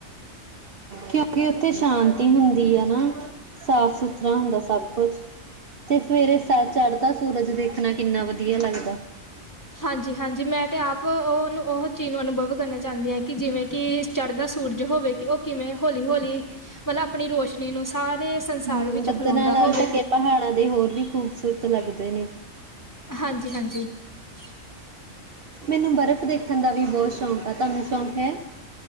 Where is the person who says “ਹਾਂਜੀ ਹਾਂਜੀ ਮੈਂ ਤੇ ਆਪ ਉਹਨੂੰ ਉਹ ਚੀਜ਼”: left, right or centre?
Left